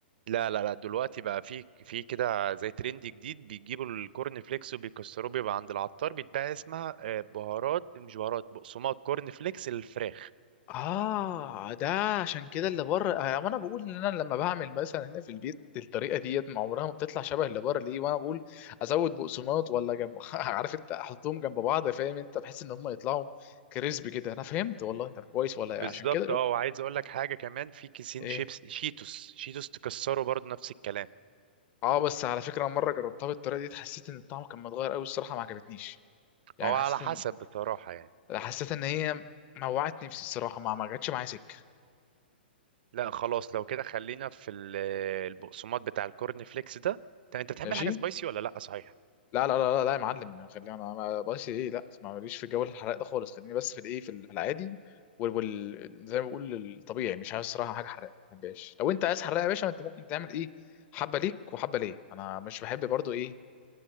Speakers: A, on the right; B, on the left.
A: لا لا لا دلوقتي بقى في في كده زي ترند جديد بيجيبوا الكورن فليكس وبيكسروه بيبقى عند العطار بيتباع اسمها آه، بهارات مش بهارات بقسماط كورن فليكس الفراخ
B: اه ده عشان كده اللي بره آه، وانا بقول ان انا لما بعمل مثلا هنا في البيت الطريقه ديت ما عمرها ما بتطلع شبه اللي بره ليه وانا بقول ازود بقسماط ولا جنب <laughs> عارف انت احطهم جنب بعض فاهم انت بحس ان هم يطلعوا كريسبي كده انا فهمت والله طب كويس والله عشان
A: بالظبط
B: كده شوف
A: اه وعايز اقول لك حاجه كمان في كيسين
B: ايه
A: شيبس شيتوس شيتوس تكسره برضه نفس الكلام
B: اه بس على فكره مره جربتها بالطريقه دي حسيت ان الطعم كان متغير قوي الصراحه ما عجبتنيش يعني
A: هو على
B: حسيت
A: حسب
B: ان
A: بصراحه يعني
B: حسيت ان هي موعت نفسي الصراحه ما ما جاتش معايا سكه
A: لا خلاص لو كده خلينا في ال- البقسماط بتاع الكورن فليكس ده طب انت بتحب
B: ماشي
A: الحاجه سبايسي ولا لا صحيح
B: لا لا لا لا, لا يا معلم يعني خلينا انا ما بقاش ايه لا ما ماليش في جو الحرق ده خالص خليني بس في الايه في العادي وال, وال... زي ما بقول الطبيعي مش عايز الصراحه حاجه حرقه ما بحبهاش لو انت عايز حرقه يا باشا انت ممكن تعمل ايه حبه ليك وحبه ليا انا مش بحب برضو ايه